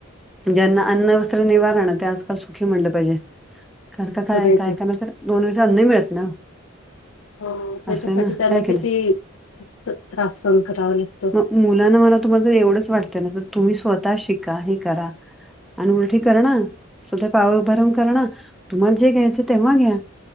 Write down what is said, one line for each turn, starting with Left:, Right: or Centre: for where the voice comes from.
Centre: ज्यांना अन्नवस्त्र निवारण ते आजकाल सुखी म्हणलं पाहिजे कारण का काय
Left: खरंय
Centre: कायकाना
Left: ते.
Centre: तर दोन वेळेस अन्न मिळत ना
Left: हो त्याच्यासाठी
Centre: असं आहे ना
Left: त्यांना
Centre: हाय की
Left: किती
Centre: नाही.
Left: त्रास सन करावं लागत
Centre: मग मुलांना मला तुम्हाला ज एवढंच वाटत ना तर तुम्ही स्वतः शिका हे करा अन उलठीी करणा स्वध पाव भरून करणार तुम्हाला जे घ्यायचं तेव्हा घ्या